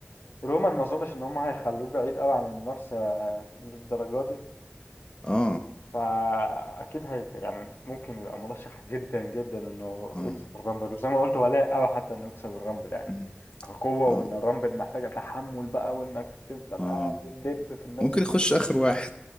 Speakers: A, on the left (about 65°); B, on the left (about 25°).
A: رومان ما اظنش ان هم هيخلوه بعيد قوي عن المنافسة للدرجة دي
B: اه
A: فاكيد هي يعني ممكن يبقى مرشح جدا جدا انه
B: اه
A: يكسب الرامبل وزي ما قلت ولاء قوي حتى انه يكسب الرامبل يعني
B: مم.
A: كقوه وان
B: اه
A: الرامبل محتاجه تحمل بقى وانك تفضل
B: اه
A: قاعد وتدب في الناس
B: ممكن
A: دي.
B: يخش آخر واحد